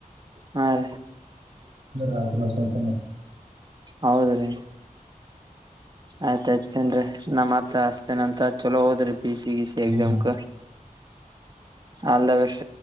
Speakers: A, on the right; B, on the right.
A: ಹಾ ರೀ
B: ರಾತ್ರಿ ಹೊಸ ತಂದ್ರ
A: ಹೌದ್ರೀ ಆಯ್ತಾಯಯ್ತತೇನ್ರಿ ನಮ್ಮತ್ರ ಅಷ್ಟತೇನಂತ ಚಲೋ ಅದ್ರ ಪ ಸಿಗೆ ಸಿ ಎಗ್ಜಾಮ್
B: ಹ್ಮ್
A: ಕ ಅಲ್ಲದ ಬಷ